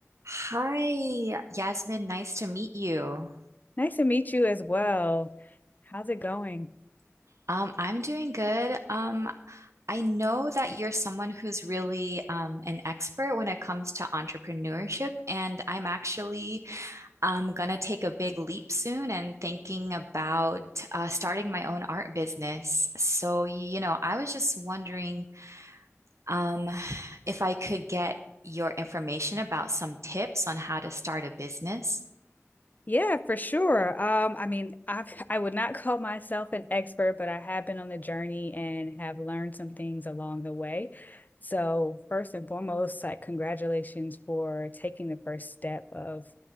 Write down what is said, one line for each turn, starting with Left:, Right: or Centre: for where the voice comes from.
Right: Hi, Yasmin. Nice to meet you.
Left: Nice to meet you as well. How's it going?
Right: Um, I'm doing good. Um, I know that you're someone who's really um, an expert when it comes to entrepreneurship, and I'm actually um, gonna take a big leap soon and thinking about uh, starting my own art business. So, you know, I was just wondering um, if I could get your information about some tips on how to start a business.
Left: Yeah, for sure. Um, I mean, I've <laughs> I would not <laughs> call myself an expert, but I have been on the journey and have learned some things along the way. So first and foremost, like congratulations for taking the first step of,